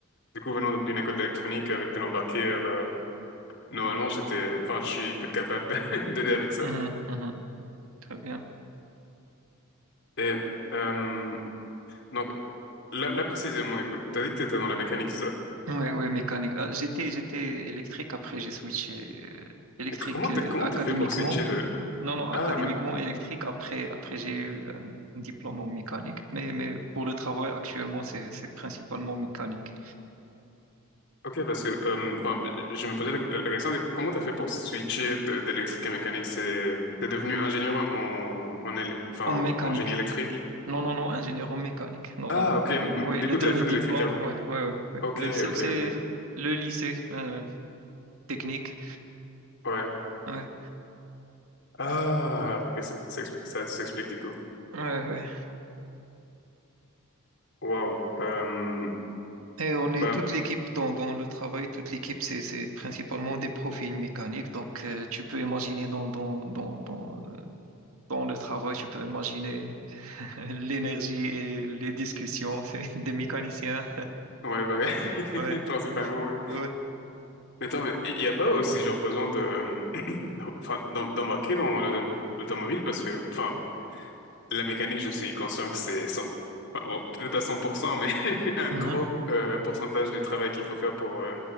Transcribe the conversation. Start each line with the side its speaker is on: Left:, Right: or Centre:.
Left: du coup, venant d'une école d'électronique avec de l'embarqué, euh, bah, normalement, j'étais, enfin, je suis capable de- <laughs> d'aider avec ça.
Right: mhm, mhm. Très bien.
Left: Et euh, donc, là, là précisément, du coup, t'as dit que t'étais dans la mécanique, c'est ça.
Right: Ouais, ouais, mécanique. Ah, j'étais, j'étais électrique, après j'ai switché euh, électrique
Left: Et c- comment t'as,
Right: euh,
Left: comment
Right: académiquement.
Left: t'as fait pour switcher de...
Right: Non, non, académiquement
Left: Ah, mais
Right: électrique. Après, après j'ai eu un diplôme en mécanique. Mais, mais pour le travail actuellement, c'est, c'est principalement mécanique.
Left: ok, parce que, euh, enfin, je me posais la, la question, du coup, comment t'as fait pour switcher de- d'électrique à mécanique? C'est, t'es devenu ingénieur en, en, éle- enfin,
Right: En mécanique.
Left: en génie électrique?
Right: Non, non, non, ingénieur en mécanique. Non,
Left: Ah,
Right: en-
Left: ok. m-
Right: euh, oui,
Left: Du
Right: le
Left: coup,
Right: dernier
Left: t'avais fait de
Right: diplôme.
Left: l'électrique avant?
Right: Oui, oui, oui. Ouais, ouais, ouais,
Left: Ok,
Right: ouais. Euh, c'est,
Left: ok,
Right: c'est
Left: ok.
Right: le lycée euh, technique.
Left: Ouais.
Right: Ouais,
Left: Ah, ok, ça, ça expli- ça s'explique du coup.
Right: ouais, ouais.
Left: Wow. Euh,
Right: Et on est
Left: bah,
Right: toute l'équipe dans, dans le travail, toute l'équipe, c'est, c'est principalement des profils mécaniques. Donc, euh, tu peux imaginer dans, dans, dans, dans, dans le travail, tu peux imaginer <laughs> l'énergie et les discussions <laughs> c'est des mécaniciens.
Left: ouais, bah ouais.
Right: Ouais,
Left: <laughs> Principalement, oui.
Right: ouais.
Left: Mais attends, mais il n'y a pas aussi genre besoin de, euh, <clears throat> enfin, d'em- d'embarquer dans l'autom- l'automobile parce que, enfin, la mécanique, je suis conscient que c'est 100, enfin, bon, peut-être pas 100%, mais <laughs> un
Right: Mhm.
Left: gros euh, pourcentage du travail qu'il faut faire pour euh,